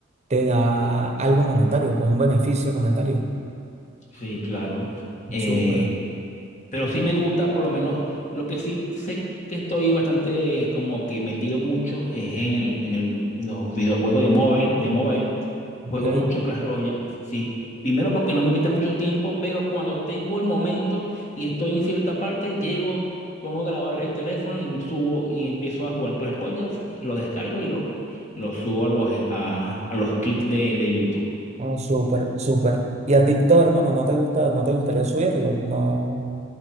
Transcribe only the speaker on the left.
sí, claro. Eh,
Pero sí me gusta, por lo menos, lo que sí sé que estoy bastante como que metido mucho es en el, en el, los videojuegos de móvil, de mobile. Juego
mucho Clash Royale, sí. Primero porque no me quita mucho tiempo, pero cuando tengo el momento y estoy en cierta parte, llego, pongo a grabar el teléfono y subo y empiezo a jugar Clash Royale, lo descargo y lo, lo subo a los, eh, a, a los clics de, de YouTube.